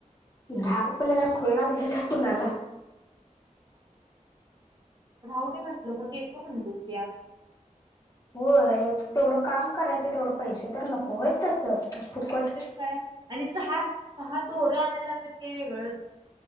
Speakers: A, on the left; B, on the right.
A: दहा रुपयाला काय खुळ लागलंय का कोणला
B: राहूं दे म्हटलं मग देतों म्हनं उद्या
A: होय, तेवड काम करायचं तेवडं पैसे तर नको होयत त्याच फुकट
B: काहीतरी काय आणि सहा सहा दोरं आणायला लागतात ते वेगळंच